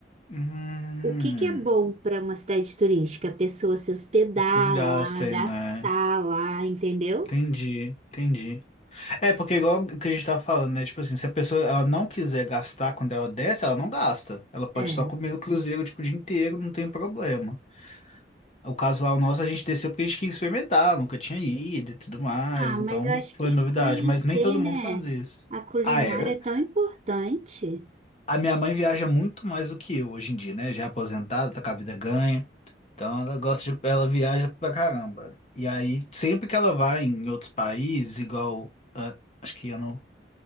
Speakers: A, on the left (about 35°); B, on the right (about 35°).
A: Hum,
B: O que que é bom para uma cidade turística? A pessoa se hospedar
A: os gastos,
B: lá, gastar
A: né?
B: lá, entendeu?
A: Entendi, entendi. É, porque igual que a gente tava falando, né? Tipo assim, se a pessoa ela não quiser gastar quando ela desce, ela não gasta. Ela pode
B: É.
A: só comer no cruzeiro, tipo, o dia inteiro, não tem problema. O caso lá, o nosso, a gente desceu porque a gente queria experimentar, nunca tinha ido e tudo mais,
B: Ah, mas
A: então
B: eu acho
A: foi
B: que
A: novidade,
B: conhecer,
A: mas nem todo mundo
B: né,
A: faz isso.
B: a culinária
A: Ah, é.
B: é tão importante.
A: A minha mãe viaja muito mais do que eu hoje em dia, né? Já é aposentada, tá com a vida ganha. Então ela gosta de, ela viaja pra caramba. E aí, sempre que ela vai em outros países, igual, ah, acho que ano,